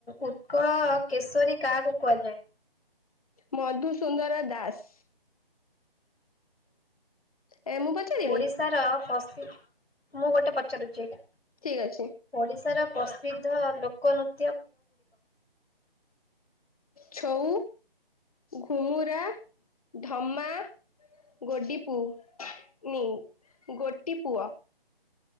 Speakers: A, on the left; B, on the left.
A: ଉତ୍କଳ କେଶରୀ କାହାକୁ କୁହାଯାଏ?
B: ମଧୁସୁନ୍ଦର ଦାସ। ଏ ମୁଁ ପଚାରିବି
A: ଓଡିଶାର ପଶ ମୁଁ ଗୋଟେ ପଚାରୁଛି ଏଇଟା?
B: ଠିକ ଅଛି
A: ଓଡ଼ିଶାର ପ୍ରସିଦ୍ଧ ଲୋକନୃ
B: ଛୋଉ, ଘୁମୁରା, ଢ଼ମା। ଗୋଡି ପୁ ନି ଗୋଟିପୁଅ।